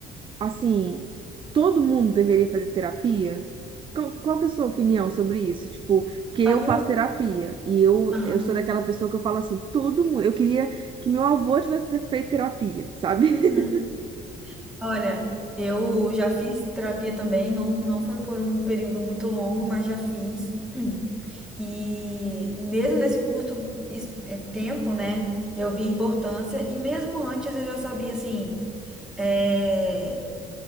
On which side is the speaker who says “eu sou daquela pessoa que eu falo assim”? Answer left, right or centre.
Right